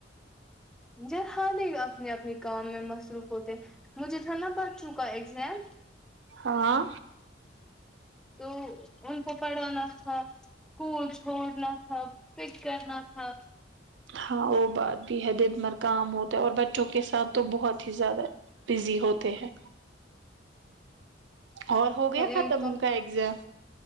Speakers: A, in the centre; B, on the right.
A: م جر ہال نہیں اپنے اپنے کام میں مصروف ہوتے ہیں مجھے تھا نا بچوں کا ایگزام
B: ہاں
A: تو ان کو پڑھانا تھا اسکول چھوڑنا تھا فک کرنا تھا
B: ہاں وہ بات بھی ہے دن مر کام ہوتا ہے اور بچوں کے ساتھ تو بہت ہی زیادہ بزی ہوتے ہیں اور ہو گیا ختم
A: ایک تو
B: ان کا ایگزام